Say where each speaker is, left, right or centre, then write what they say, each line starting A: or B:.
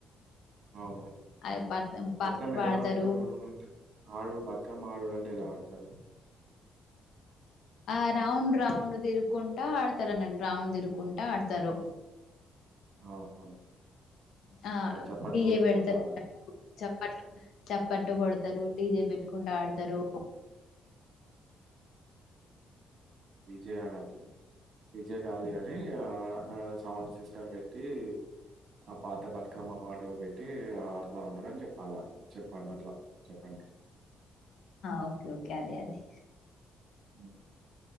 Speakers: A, on the right; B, on the left.
A: అవుా
B: ఆ పాట పాటలు
A: బతుకమ్మ
B: పాడతారు
A: ఎలా ఆడతారు అంటే ఆడు బతుకమ్మ ఆడు అంటే ఎలా ఆడతారు
B: ఆ రౌండ్ రౌండ్ ఇరుకుంటా ఆడతార నల్ రౌండ్ ఇరుకుంటా ఆడతారు
A: ఆహా!
B: ఆ
A: చప్పట్లు
B: డిజే
A: కొట్టుకుంటూ
B: పెడుతు
A: ఆడాలి.
B: చెప్పట్లు చప్పట్లు కొడతారు డీజే పెట్టుకుంటూ ఆడతారు
A: విజయాన అత్రం విజయ కాదు కానీ సౌండ్ సిస్టమ్ పెట్టి ఆ పాత బతుకమ్మ పాటలు పెట్టి ఆడుతా ఉంటారని చెప్పాలా చెప్పాలి అట్లా చెప్పండి
B: ఓకే ఓకే అదే అదే
A: అ